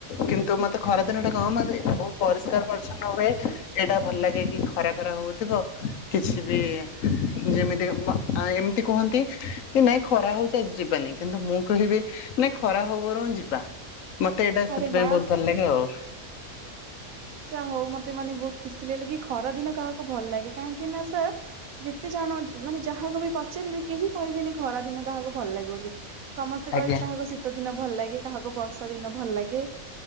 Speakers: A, on the left; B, on the right.
A: କିନ୍ତୁ ମତେ ଖରାଦିନ ଟା କଣ ମେ ବ ପରିଷ୍କାର ପରିଚ୍ଛନ୍ନ ହୁଏ। ଏଇଟା ଭଲ ଲାଗେ। କି ଖରା ଖରା ହଉଥିବ କିଛି ବି ଯେମିତି ମା ଆ ଏମିତି କୁହନ୍ତି। କି ନାଇଁ ଖରା ହଉଛି ଆଜି ଯିବାନି। କିନ୍ତୁ ମୁଁ କହିବି ନାଇଁ ଖରା ହବରୁ ଯିବା। ମତେ ଏଇଟା ସେଥିପାଇଁ
B: ଆରେ ବା
A: ବହୁତ ଭଲ ଲାଗେ ଆଉ‌।
B: ଆଚ ହଉ ମତେ ମାନେ ବହୁତ ଖୁସି ଲାଗିଲା କି ଖରା ଦିନ କାହାକୁ ଭଲ ଲାଗେ କାହିଁକି ନା ସାର୍ ଯେତେ ଜଣ ମାନେ ଯାହାକୁ ବି ପଚାରିବେ କେହି କହିବେନି ଖରା ଦିନ କାହାକୁ ଭଲ ଲାଗିବ ବୋଲି। ସମସ୍ତେ
A: ଆଜ୍ଞା
B: କହିବେ କାହାକୁ ଶୀତ ଦିନ ଭଲ ଲାଗେ। କାହାକୁ ବର୍ଷା ଦିନ ଭଲ ଲାଗେ।